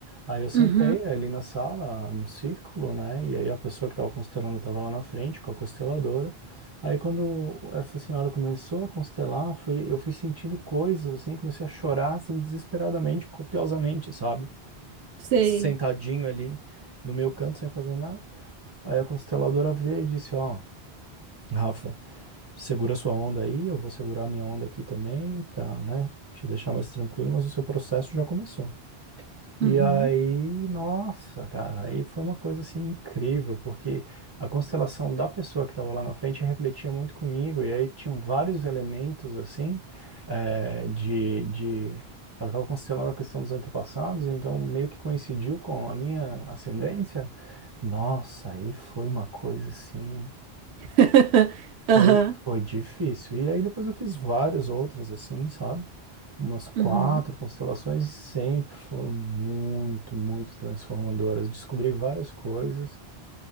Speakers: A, on the right (about 30°); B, on the right (about 85°).
A: Aí eu sentei
B: uhum,
A: ali na sala, no círculo, né? E aí a pessoa que estava constelando estava lá na frente com a consteladora. Aí quando essa senhora começou a constelar, foi, eu fui sentindo coisas assim, comecei a chorar assim desesperadamente, copiosamente, sabe?
B: sei.
A: sentadinho ali no meu canto, sem fazer nada. Aí a consteladora veio e disse, ó, Rafa, segura sua onda aí, eu vou segurar minha onda aqui também, pra, né, te deixar mais tranquilo, mas o seu processo já começou. E
B: Uhum.
A: aí, nossa, cara, aí foi uma coisa assim incrível, porque a constelação da pessoa que estava lá na frente refletia muito comigo, e aí tinham vários elementos assim, eh, de, de... Ela estava constelando a questão dos antepassados, então meio que coincidiu com a minha ascendência. Nossa, aí foi uma coisa assim.
B: <laughs> Aham.
A: Foi, foi difícil. E aí depois eu fiz várias outras assim, sabe? Umas quatro
B: Uhum,
A: constelações sempre foram muito, muito transformadoras. Descobri várias coisas,